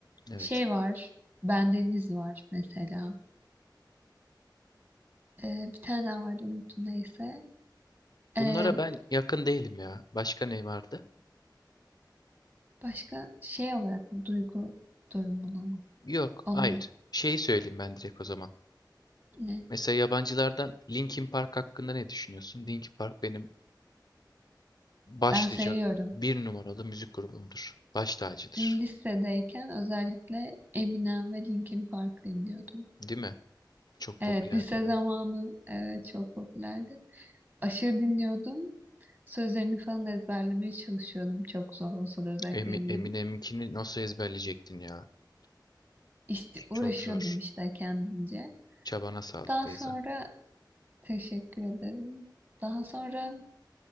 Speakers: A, on the left; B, on the right.
A: evet.
B: Şey var Bendeniz var mesela. Ee, bir tane daha vardı unuttum neyse. Ee,
A: Bunlara ben yakın değilim ya. Başka ne vardı?
B: başka şey olarak mı? duygu durumunu mu?
A: Yok,
B: Onun
A: hayır.
B: mu?
A: Şeyi söyleyeyim ben direkt o zaman.
B: ne?
A: Mesela yabancılardan Linkin Park hakkında ne düşünüyorsun? Linkin Park benim başlıca
B: Ben seviyorum.
A: bir numaralı müzik grubumdur. Baş tacıdır.
B: Lisedeyken özellikle Eminem ve Linkin Park dinliyordum.
A: Değil mi? Çok
B: Evet,
A: popülerdi
B: lise
A: ya.
B: zamanı evet, çok popülerdi. Aşırı dinliyordum. Sözlerini falan ezberlemeye çalışıyordum. Çok zor olsa da özellikle
A: Emi-
B: Eminem'in.
A: Eminem'inkini nasıl ezberleyecektin ya?
B: İşte uğraşıyordum
A: Çok zor.
B: işte kendince.
A: Çabana sağlık
B: Daha
A: Beyza.
B: sonra teşekkür ederim. Daha sonra